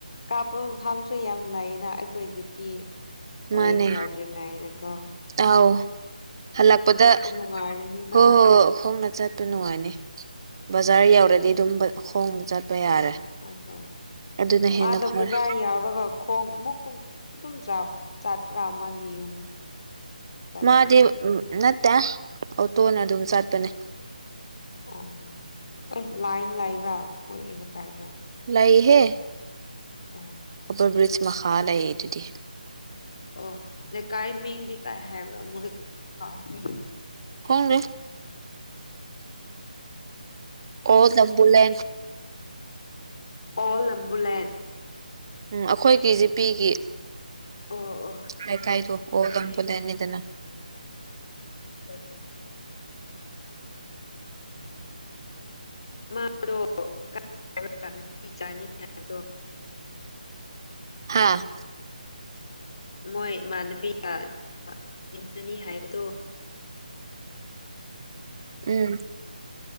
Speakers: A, on the left (about 40°); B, on the right (about 30°).
A: ꯀꯥꯞ ꯐꯝꯁꯨ ꯌꯥꯝ ꯂꯩꯥꯌꯦꯅ ꯑꯩꯈꯣꯏꯗꯤ ꯄꯤ ꯀꯣꯂꯦꯖ
B: ꯃꯥꯅꯦ
A: ꯌꯧꯗ꯭ꯔꯤꯉꯩꯗꯀꯣ
B: ꯑꯥꯎ ꯍꯜꯂꯛꯄꯗ
A: ꯅꯨꯡꯉꯥꯏꯔꯅꯤꯅ
B: ꯍꯣ ꯍꯣ ꯍꯣꯡꯅ ꯆꯠꯄ
A: ꯎꯝ
B: ꯅꯨꯡꯉꯥꯏꯅꯤ ꯕꯖꯥꯔ ꯌꯧꯔꯗꯤ ꯑꯗꯨꯝ ꯕ ꯈꯣꯡꯅ ꯆꯠꯄ ꯌꯥꯔꯦ
A: ꯑ ꯍꯣꯏ ꯍꯣꯏ
B: ꯑꯗꯨꯅ ꯍꯦꯟꯅ
A: ꯃꯥꯗ
B: ꯐꯔꯦ
A: ꯕꯖꯥꯔ ꯌꯥꯎꯔꯒ ꯈꯣꯡ ꯑꯃꯨꯛ ꯀꯨꯝ ꯑꯗꯨꯝ ꯆꯥꯛ ꯆꯥꯠꯄ꯭ꯔꯥ ꯃꯥꯒꯤ ꯌꯨꯝ ꯆꯠꯅꯤꯡꯉꯥꯏ
B: ꯃꯥꯗꯤ ꯅꯠꯇꯦ ꯑꯣꯇꯣꯅ ꯑꯗꯨꯝ ꯆꯠꯄꯅꯦ
A: ꯑꯣ ꯍꯣꯏ ꯂꯥꯏꯟ ꯂꯥꯏꯕ꯭ꯔꯥ ꯃꯣꯏꯒꯤ ꯂꯩꯀꯥꯏꯗ
B: ꯇꯩꯍꯦ
A: ꯑꯣ
B: ꯑꯣꯕꯔꯕ꯭ꯔꯤꯖ ꯃꯈꯥ ꯂꯩꯌꯦ ꯑꯗꯨꯗꯤ
A: ꯑꯣ ꯂꯩꯀꯥꯏ ꯃꯤꯡꯗꯤ ꯀꯥꯏ ꯍꯥꯏꯕ꯭ꯔ ꯃꯣꯏꯒꯤ ꯀꯥꯎꯈ꯭ꯔꯦ
B: ꯑꯪꯗꯦ ꯑꯣꯜ ꯂꯝꯕꯨꯂꯦꯟ
A: ꯑꯣꯜ ꯂꯝꯕꯨꯂꯦꯟ꯫
B: ꯎꯝ ꯑꯈꯣꯏꯒꯤ ꯖꯤꯄꯤꯒꯤ
A: ꯑꯣ ꯑꯣ
B: ꯂꯩꯀꯥꯏꯗꯣ ꯑꯣꯜ
A: ꯈꯪꯉꯦ
B: ꯂꯝꯕꯨꯂꯦꯟꯅꯤꯗꯅ
A: ꯎꯝ ꯃꯥꯗꯣ ꯀꯥꯏ ꯆꯅꯤ ꯍꯥꯏꯕꯗꯣ
B: ꯑ
A: ꯃꯣꯏ ꯏꯃꯥꯟꯅꯕꯤꯒ ꯏꯟꯅꯅꯤ ꯍꯥꯏꯕꯗꯨ
B: ꯎꯝ